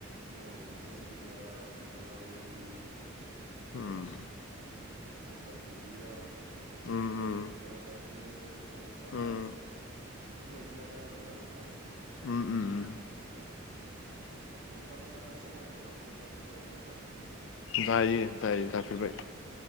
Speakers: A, on the right; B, on the left.
A: औ दिंखिया जोग्लावरि
B: उम।
A: गंगार दुन्दिया
B: उम उम
A: खेरादाफिनि खुंखा।
B: उम
A: बेफोरबायदियानो आरोना नोंथां।
B: उम उम उम।
A: नोंथाङा सबायजों दाउजों जाफेरबायना नोंथां?
B: जायो जायो जाफेरबाय।